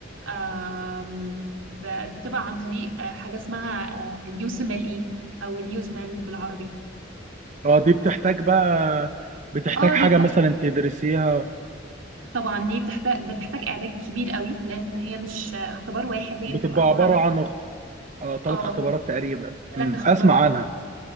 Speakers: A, on the right; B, on the right.
A: آم، ب- بتبقى عن طريق آه، حاجة اسمها آه، اليوسملئي أو اليوزمل بالعربي
B: اه دي بتحتاج
A: ف...
B: بقى بتحتاج
A: اه
B: حاجة
A: دي بتحتاج
B: مثلا تدرسيها
A: طبعا دي بتحتاج بتحتاج إعداد كبير قوي لأن هي مش آه، اختبار واحد هي
B: بتبقى
A: بتبقى عبارة
B: عبارة
A: عن
B: عن اخ- آه، تلات
A: اه
B: اختبارات تقريبا
A: ثلاث
B: مم.
A: اختبارات
B: أسمع عنها